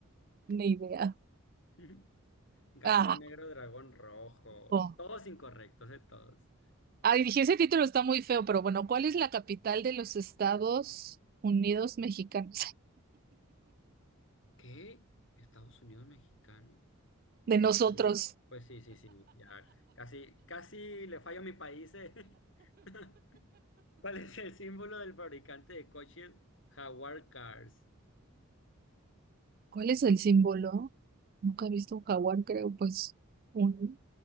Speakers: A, on the right; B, on the left.
A: Ni idea.
B: <laughs> Gato
A: Ah,
B: negro, dragón rojo,
A: oh.
B: todos incorrectos, eh, todos.
A: Ay, dije, ese título está muy feo, pero bueno, ¿cuál es la capital de los Estados Unidos mexicanos?
B: ¿Qué? Estados Unidos mexicano.
A: <laughs> De
B: Me
A: nosotros.
B: suena. Pues sí, sí, sí. Ya casi, casi le fallo a mi país, eh. <laughs> ¿Cuál es el símbolo del fabricante de coches Jaguar Cars?
A: ¿Cuál es el símbolo? Nunca he visto un jaguar, creo, pues un